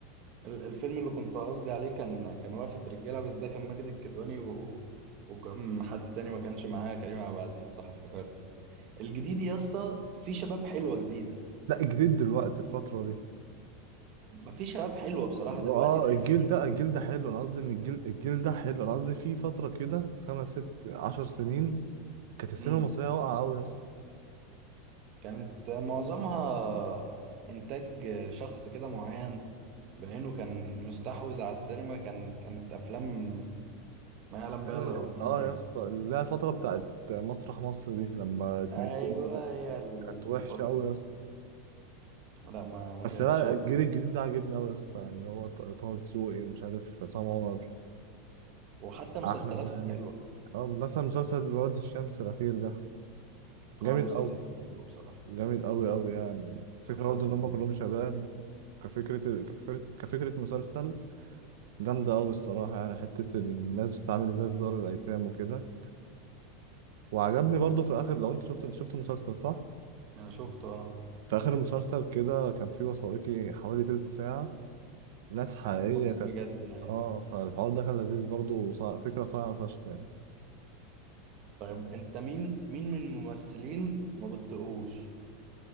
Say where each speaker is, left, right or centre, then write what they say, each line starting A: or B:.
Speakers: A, on the right; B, on the right.
A: ال- الفيلم اللي كنت قصدي عليه كان كان وقفه رجاله بس ده كان ماجد الكدواني و... وكان حد تاني ما كانش معاه كريم عبد العزيز صح افتكرت الجديد يا اسطى في شباب حلوه جديده
B: لا جديد دلوقتي الفترة دي
A: ما في شباب حلوه بصراحه
B: اللي
A: دلوقتي
B: هو اه
A: تخليك
B: الجيل ده الجيل ده حلو انا قصدي ان الجيل الجيل ده حلو انا قصدي في فترة كده خمس ست عشر سنين كانت السينما
A: امم
B: المصرية واقعة قوي يا اسطى
A: كانت معظمها انتاج شخص كده معين بعينه كان مستحوذ على السينما كان كانت افلام ما يعلم
B: نعمل
A: بها الا ربنا
B: ايه؟ اه يا
A: يعني
B: اسطى اللي هي الفترة بتاعت مسرح مصر دي لما اتنجموا
A: ايوه
B: بقى
A: هي الفتره
B: كانت وحشة قوي
A: دي
B: يا اسطى
A: لا ما ما
B: بس
A: كانتش
B: لا
A: برضه.
B: الجيل الجديد ده عجبني قوي يا اسطى يعني اللي هو ط- طه دسوقي ومش عارف عصام عمر
A: وحتى مسلسلاته
B: احمد مالك
A: كانت حلوه
B: اه مثلا مسلسل واد الشمس الاخير ده
A: اه
B: جامد
A: المسلسل
B: قوي
A: كان حلو بصراحه
B: جامد قوي قوي يعني فكره
A: المسلسل
B: برضه
A: كان
B: ان هم
A: جامد.
B: كلهم شباب كفكره كفكره كفكره مسلسل جامده قوي الصراحه يعني حته الناس بتتعامل ازاي في دار الايتام وكده وعجبني برضه في اخر لو انت شفت انت شفت المسلسل صح
A: انا شفته اه
B: في اخر المسلسل كده كان في وثائقي حوالي تلت ساعه ناس حقيقيه
A: كانوا بيجيبوا ناس
B: كانت
A: بجد ايوه
B: اه فالحوار ده كان لذيذ برضه وصع- فكره صعبه فشخ يعني
A: طيب انت مين مين من الممثلين ما بتطيقهوش